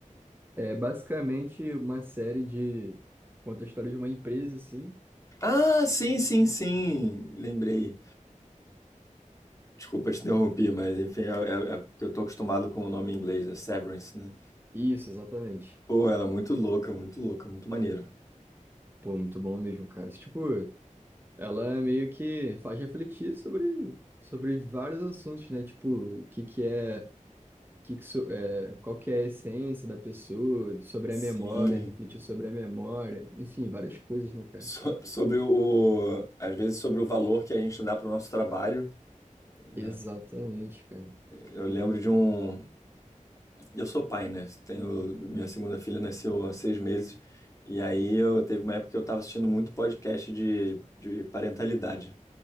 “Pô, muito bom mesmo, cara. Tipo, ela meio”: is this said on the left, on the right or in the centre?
Right